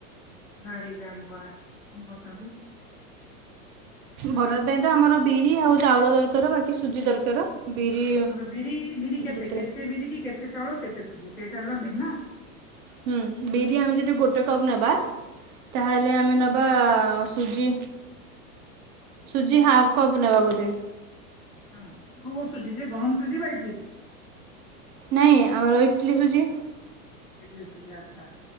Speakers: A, in the centre; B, on the right.
A: ଗାଡି ଗାଡି ବରା କରୁଚନ୍ତି।
B: ବରା ପାଇଁ ତ ଆମର ବିରି ଆଉ ଚାଉଳ ଦରକାର ବାକି ସୁଜି ଦରକାର। ବିରି
A: ଆ ବିରି ବିରି କେତେ
B: ଯେତେଟା
A: କେତେ ବିରିି କି କେତେ ଚାଉଳ କେତେ ସୁଝି ସେଇଟା ହେଲା ମେନ୍ ନା।
B: ହୁଁ ବିରି ଆମେ ଯଦି ଗୋଟେ କପ୍ ନେବା ତାହେଲେ ଆମେ ନେବା ସୁଜି ସୁଜି ହାପ କପ୍ ନବା ବୋଧେ।
A: ହଁ କଉ ଶୁଝି ଯେ ଗହମ୍ ସୁଜି ପାଇଥିଲ ସେଠୁ।
B: ନାଇ ଆମର ଇଟଲିି ସୁଝି।
A: ଇଟିଲି ସୁଜି ଆଚ୍ଛା।